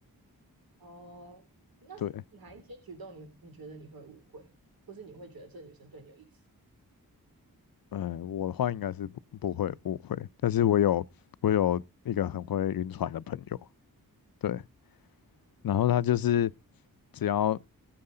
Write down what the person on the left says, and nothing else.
对，
呃，我的话应该是不不会误会，但是我有我有一个很会晕船的朋友，对，然后他就是只要